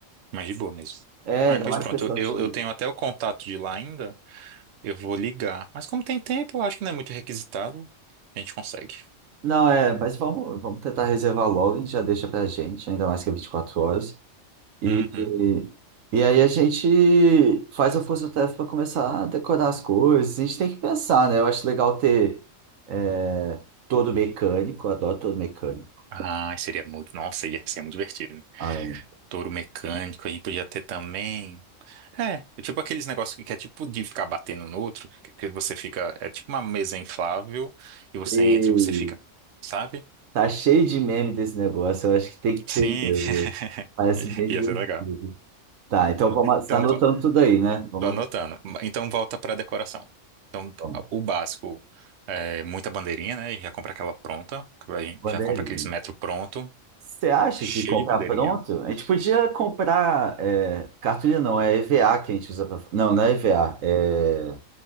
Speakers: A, on the right (about 65°); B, on the right (about 80°).
A: mas de boa mesmo.
B: é,
A: Ah,
B: ainda
A: pois
B: mais
A: pronto,
B: questão
A: eu,
B: de
A: eu tenho até o contato de lá ainda, eu vou ligar. Mas como tem tempo, eu acho que não é muito requisitado, a gente consegue.
B: Não, é, mas vamos, vamos tentar reservar logo, a gente já deixa pra gente, ainda mais que é 24 horas. E,
A: Uhum.
B: e, e aí a gente faz a força-tarefa para começar a decorar as coisas. A gente tem que pensar, né? Eu acho legal ter é, todo mecânico, eu adoro todo mecânico.
A: Ah, seria muito. Nossa, ia ser muito divertido.
B: Ah, eu não
A: Touro mecânico, a gente podia ter também. É, é tipo aqueles negócios que é tipo de ficar batendo no outro, que que você fica. É tipo uma mesa inflável e você
B: sei.
A: entra e você fica, sabe?
B: tá cheio de meme desse negócio, eu acho que tem que ter
A: Sim,
B: mesmo. Parece
A: <laughs>
B: bem
A: ia
B: divertido.
A: ser legal.
B: Tá, então vamos,
A: Então,
B: você tá anotando
A: pô,
B: tudo aí, né? Vamos,
A: tô anotando. Então, volta pra decoração. Então,
B: vamos.
A: o básico é muita bandeirinha, né? Já compra aquela pronta, a gente
B: Bandeirinha.
A: já compra aqueles metro pronto,
B: Você acha
A: cheio
B: que comprar
A: de bandeirinha.
B: pronto? A gente podia comprar é, cartolina, não, é EVA que a gente usa para. Não, não é EVA. É...